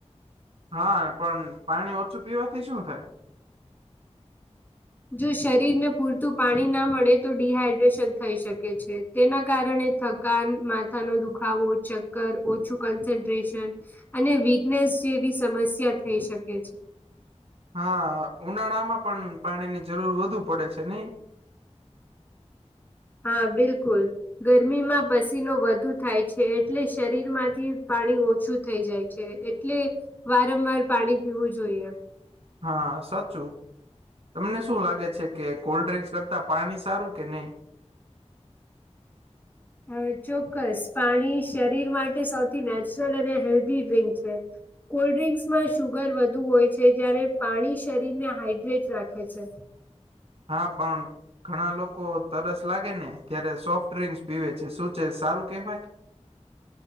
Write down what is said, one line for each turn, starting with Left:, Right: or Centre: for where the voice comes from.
Right: હા પણ પાણી ઓછું પીવાથી શું થાય?
Left: જો શરીર ને પૂરતું પાણી ના મળે તો ડિહાઈડ્રેશન થઈ શકે છે. તેના કારણે થકાન માથાનો દુખાવો ચક્કર ઓછું કન્સન્ટ્રેશન અને વિક્નેસ જેવી સમસ્યા થઈ શકે છે.
Right: હા ઉનાળામાં પણ પાણીની જરૂર વધુ પડે છે નઈ.
Left: હા બિલકુલ. ગરમીમાં પસીનો વધુ થાય છે. એટલે શરીરમાંથી પાણી ઓછું થઈ જાય છે એટલે વારંવાર પાણી પીવું જોઈએ.
Right: હા સાચું. તમને શું લાગે છે કે કોલ્ડ ડ્રિંકસ કરતા પાણી સારું કે નહી.
Left: હ ચોક્કસ પાણી શરીર માટે સૌથી નેચરલ અને હેલ્ધી ડ્ર્રીંક છે. કોલ્ડ ડ્રિંક્સમાં સુુગર વધુ હોય છે. જયારે પાણી શરીરને હાઈડ્રેટ રાખે છે.
Right: હા પણ. ઘણા લોકો તરસ લાગે ને ત્યારે સોફ્ટ ડ્રિંકસ પીવે છે શું છે સારું કેહેવાય?